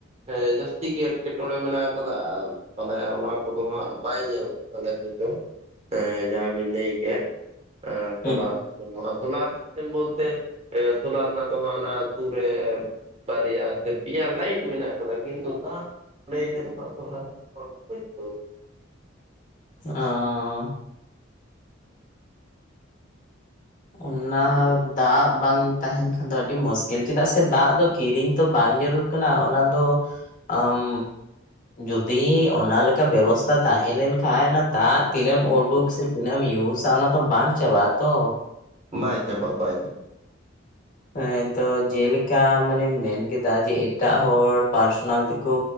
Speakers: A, on the right (about 35°); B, on the left (about 45°).
A: ᱦᱳᱭ ᱡᱟᱹᱥᱛᱤ ᱜᱮ ᱮᱴᱠᱮᱴᱚᱬᱮ ᱢᱮᱱᱟᱜ ᱟᱠᱟᱫᱟ, ᱟᱨ ᱛᱟᱦᱞᱮ ᱚᱱᱟ ᱠᱚᱫᱚ ᱦᱟᱸᱜ ᱵᱟᱭ ᱧᱮᱞᱚᱜ ᱟᱞᱮ ᱥᱮᱫ ᱫᱚ᱾ ᱦᱮᱸ ᱡᱟᱦᱟᱸ ᱵᱮᱱ ᱞᱟᱹᱭ ᱠᱮᱫ ᱮᱸ ᱥᱳᱞᱟᱨ
B: ᱦᱩᱸ
A: ᱥᱤᱥᱴᱮᱢ ᱫᱚ ᱥᱳᱞᱟᱨ ᱥᱤᱥᱴᱮᱢ ᱫᱚ ᱛᱮ ᱮ ᱥᱳᱞᱟᱨ ᱨᱮᱱᱟᱜ ᱫᱚ ᱦᱟᱜ ᱚᱱᱟ ᱟᱹᱛᱩ ᱨᱮ ᱵᱟᱨᱭᱟ ᱥᱮ ᱯᱮᱭᱟ ᱞᱟᱭᱤᱴ ᱢᱮᱱᱟᱜ ᱟᱠᱟᱫᱟ ᱠᱤᱱᱛᱩ ᱫᱟᱜ <unintelligible>
B: ᱚᱸᱻ᱾ ᱚᱱᱟ ᱫᱟᱜ ᱵᱟᱝ ᱛᱟᱦᱮᱱ ᱠᱷᱟᱱ ᱫᱚ ᱟᱹᱰᱤ ᱢᱩᱥᱠᱤᱞ ᱪᱮᱫᱟᱜ ᱥᱮ ᱫᱟᱜ ᱫᱚ ᱠᱤᱨᱤᱧ ᱛᱚ ᱵᱟᱝ ᱡᱟᱹᱨᱩᱲ ᱠᱟᱱᱟ ᱚᱱᱟ ᱫᱚ ᱟᱢ ᱡᱩᱫᱤ ᱚᱱᱟ ᱞᱮᱠᱟ ᱵᱮᱵᱚᱥᱛᱟ ᱛᱟᱦᱮᱸ ᱞᱮᱱ ᱠᱷᱟᱡ ᱚᱱᱟ ᱫᱟᱜ ᱛᱤᱱᱟᱹᱢ ᱚᱰᱳᱠ ᱥᱮ ᱛᱤᱱᱟᱹᱢ ᱤᱭᱩᱥᱟ ᱚᱱᱟ ᱛᱚ ᱵᱟᱝ ᱪᱟᱵᱟᱜᱼᱟ ᱛᱚ᱾
A: ᱵᱟᱭ ᱪᱟᱵᱟ ᱵᱟᱭ
B: ᱦᱮᱸ ᱛᱚ ᱡᱮᱞᱮᱠᱟ ᱢᱟᱱᱮ ᱢᱮᱱ ᱠᱮᱫᱟ ᱡᱮ ᱮᱴᱟᱜ ᱦᱚᱲ ᱯᱟᱨᱥᱚᱱᱟᱞ ᱛᱮᱠᱚ